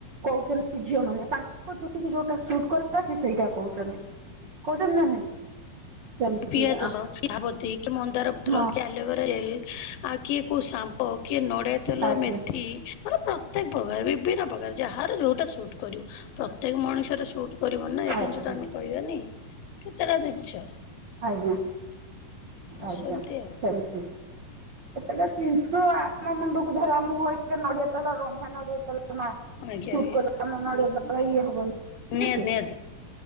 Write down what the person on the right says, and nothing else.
କହୁଛନ୍ତି ଝିଅ ମାନେ, ତାଙ୍କ ଚୁଟିକୁ ଯୋଉଟା ସୁଟ କଲା ସେ ସେଇଟା କହୁଛନ୍ତି। କଉଟ ନା ନାହିଁ? ସେମିତି
ଆ
ହଁ
ଆଜ୍ଞା
ଆଜ୍ଞା
ଆଜ୍ଞା ଆଜ୍ଞା
ସେମିତି। ଏତେଟା ଜିନିଷ ଆମ ମୁଣ୍ଡକୁ ଧର ଆମକୁ ଇ ନଡିଆ ତେଲ, ରନ୍ଧା ନଡିଆତଲ ମା
ଶୁଟ
କରିବ, ଆମ ନଡିଆ ତେଲ ଇଏ ହବନି ଠିକ୍
ଅଛି।